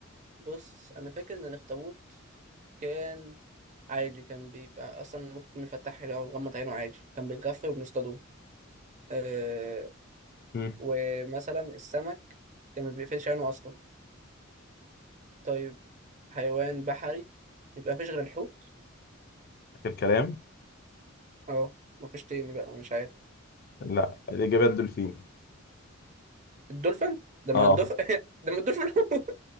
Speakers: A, on the right; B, on the left.
A: بص أنا فاكر إن الأخطبوط كان عادي كان بيبقى أصلا ممكن يفتح له أو يغمض عينه عادي كان بيتغفل وبنصطادوه أه...
B: امم
A: ومثلا السمك كان ما بيقفلش عينه أصلا طيب حيوان بحري يبقى مفيش غير الحوت
B: آخر كلام
A: اه مفيش تاني بقى مش عارف
B: لا الإجابة الدولفين
A: الدولفين ده
B: اه
A: ما الدولفين <laughs> ده ما الدولفين <laughs> حوت